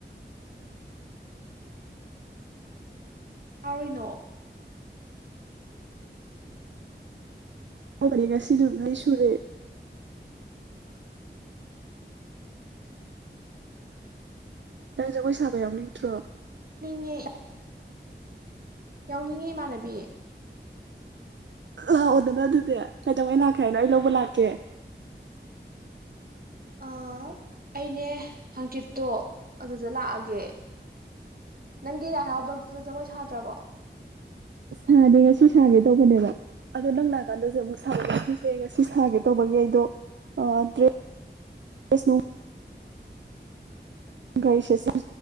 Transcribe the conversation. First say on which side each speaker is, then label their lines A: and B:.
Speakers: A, on the right; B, on the right.
A: ꯇꯥꯔꯤꯅꯣ <unintelligible>
B: ꯅꯤ ꯉꯁꯤ ꯅꯨꯗꯤ ꯁꯨꯔꯦ <unintelligible> ꯅꯪ ꯖꯒꯣꯏ ꯁꯥꯕ ꯌꯥꯎꯅꯤꯡꯗ꯭ꯔꯣ
A: ꯌꯥꯎꯅꯤꯡꯉꯦ ꯌꯥꯎꯅꯤꯡꯉꯤ ꯏꯃꯥꯟꯅꯕꯤ
B: ꯂꯥꯛ ꯑꯣꯗꯅ ꯑꯗꯨꯗꯤ ꯀꯩꯗꯧꯉꯩꯂꯥꯛꯀꯦ ꯍꯥꯏꯅꯣ ꯑꯩ ꯂꯧꯕ ꯂꯥꯛꯀꯦ
A: ꯑ ꯑꯩꯅꯦ ꯍꯥꯡꯆꯤꯠꯇꯣ ꯑꯗꯨꯗ ꯂꯥꯛꯑꯒꯦ ꯅꯪꯒꯤ ꯂꯥꯏ ꯍꯔꯥꯎꯕꯝ ꯁꯤꯗ ꯖꯒꯣꯏ ꯁꯥꯗ꯭ꯔꯕꯣ
B: ꯁꯥꯗꯤꯌꯦ ꯉꯁꯤ ꯁꯥꯒꯦ ꯇꯧꯕꯅꯦꯕ ꯑꯗꯣ ꯅꯪ ꯅꯥꯀꯥꯟꯗꯁꯨ ꯑꯃꯨꯛ ꯁꯤꯁꯦ ꯉꯁꯤ ꯁꯥꯒꯦ ꯇꯧꯕꯒꯤ ꯑꯩꯗꯣ ꯗ꯭ꯔꯦꯁ ꯅꯨꯡ ꯀꯩꯁꯦꯠꯁꯦ